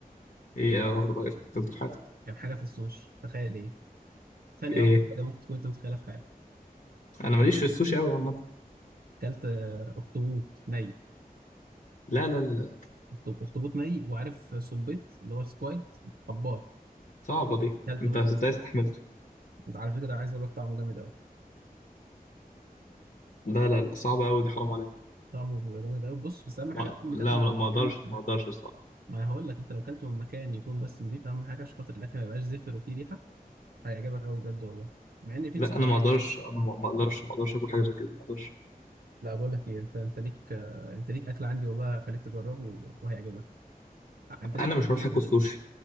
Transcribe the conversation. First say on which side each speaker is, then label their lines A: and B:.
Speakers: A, on the left (about 60°); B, on the right (about 80°).
A: ايه اغرب أكل اكلته في حياتك
B: كان حاجه في السوشي تخيل ايه تخيل ايه
A: ايه
B: اكتر حاجه ممكن تكون انت متخيلها في حياتك
A: انا ماليش في السوشي قوي عامه
B: اكلت آه، اخطبوط ني
A: لا لا لا لا
B: أخطب- اخطبوط ني وعارف صبيط اللي هو سكويد حبار
A: صعبه دي
B: اكلته
A: انت
B: ني
A: ازاي استحملته
B: انت على فكره عايز اقول لك طعمه جامد قوي
A: لا لا لا صعبه قوي دي حرام عليك
B: طعمه بيبقى جامد قوي بص بس اهم
A: ما...
B: حاجه تكون بتاكله
A: لا لا ما اقدرش
B: في-
A: ما اقدرش
B: ما هقول لك انت لو اكلته من مكان يكون بس نضيف اهم حاجه عشان خاطر الاكل ما يبقاش زفر وفيه ريحه هيعجبك قوي بجد والله مع ان في
A: لا
B: ناس بت-
A: انا ما اقدرش انا ما ما اقدرش ما اقدرش اكل حاجه زي كده ما اقدرش
B: لا بقول لك ايه انت انت ليك آه، انت ليك اكل عندي والله هخليك تجربه وهيعجبك آه، انت ليك
A: انا مش
B: اكلتين
A: هروح اكل
B: عندي
A: سوشي